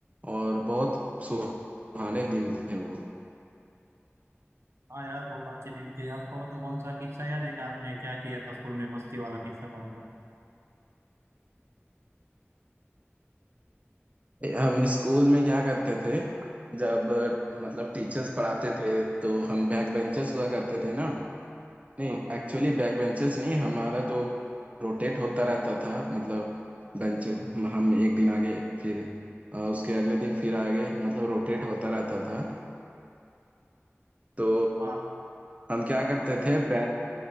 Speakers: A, on the right (about 30°); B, on the right (about 75°).
A: और बहुत सुहाने दिन थे वो
B: हाँ यार बहुत अच्छे दिन थे आपको मतलब कौन सा किस्सा याद है कि आपने क्या किया था स्कूल में मस्ती वाला किस्सा कौन सा
A: हम स्कूल में क्या करते थे जब मतलब टीचर्स पढ़ाते थे तो हम बैक बेंचर्स हुआ करते थे ना नहीं
B: हाँ
A: एक्चुअली बैक बेंचेस नहीं हमारा जो रोटेट होता रहता था मतलब बेंच हम एक दिन आगे फिर अ, उसके अगले दिन फिर आगे मतलब रोटेट होता रहता था तो
B: हाँ
A: हम क्या करते थे बेंच